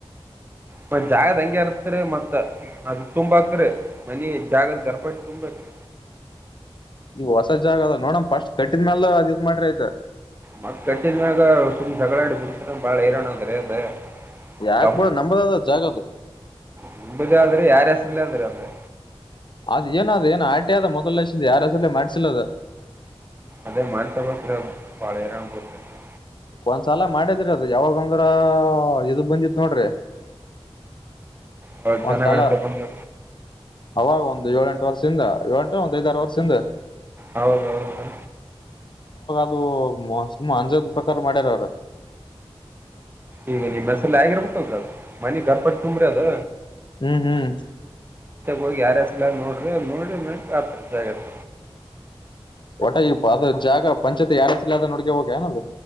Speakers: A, on the right; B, on the left.
A: ಮ ಜಾಗದ ಹಂಗಗೆ ಅರ್ತ್ರಿ ಮತ್ತ ಅದ ತುಂಬಾ ಅಕ್ರಿ ಮನಿ ಜಾಗದ ಗರ್ಪಟಿ ತುಂಬ ಅತ್.
B: ಈಗ ಹೊಸ ಜಾಗ ಅದ ನೋಡಮ ಫಸ್ಟ್ ಕಟ್ಟಿದ್ಮ್ಯಾಲ ಅದು ಇದ್ ಮಾಡ್ರಿ ಆಯ್ತ.
A: ಮತ್ತ ಕಂಟಿನ್ ಮ್ಯಾಗ ಸುಮ್ನೆ ಜಗಳ ಆಡಿ ಬಿತ ಬಾಳ್ ಹೈರಾಣ ಅದ ರೀ ಅದು.
B: ಯಾಕ್ ಬಿಡ ನಂಬದ ಅದ ಜಾಗ ಅದು
A: ನಿಂಬುದ ಆದ್ರಿ ಯಾರ ಹೆಸ್ರಲ್ಲ ಅದ್ರಿ ಅದ್ರೆ.
B: ಅದ್ ಏನ ಅದ್ ಏನ ಆಟೆ ಆದ ಮೊದಲ ಹೇಸುರ್ ಯಾರ ಹೆಸರ ಮಾಡ್ಸಿಲ್ಲದ.
A: ಅದೇ ಮಾಡ್ ತಗೋತೀರ ಅದು <unintelligible>
B: ಒಂದ್ಸಲ ಮಾಡದ್ರಿ ಅದು ಯಾವಾಗ ಅಂದ್ರ ಇದು ಬಂದಿತ್ ನೋಡ್ರಿ.
A: ಅವಾಗ ಜನಗಣತ
B: ಒಂದ್ಸಲ
A: ಬಂದ
B: ಅವಾಗ ಒಂದ್ ಏಳ ಎಂಟು ವರ್ಷ. ಎಂಟು ಒಂದ್ ಐದಾರರ ವರ್ಷಿಂದ.
A: ಹೌದೌದು.
B: ಅಂದಾಜು ಪ್ರಕಾರ ಮಾಡ್ಯಾರ ಅವ್ರ.
A: ಈಗ ನಿಮ್ಮ್ ಹೆಸ್ರಲ್ಲೇ ಎಲ್ಲ ಆಗಿರ್ಬೇಕು ಅಲ್. ಮನೆ ಗರ್ಪಟ್ಟ ತುಂಬ್ರಿ ಅದು.
B: ಹ್ಮ್ ಹ್ಮ್
A: ಹೋಗಿ ಯಾರ ಹೇಸುರು ಮೆಲ್ ನೋಡ್ರಿ ನೋಡಿರಿ ನ ಆತರಿ ಜಾಗತ.
B: ಒಟಾ ಈ ಅದ ಜಾಗ ಪಂಚಾಯತಿ ಯಾರಸಲ್ ಅದ ನುಡ್ಗೆ ಹೋಗ ಏನ ಅದು.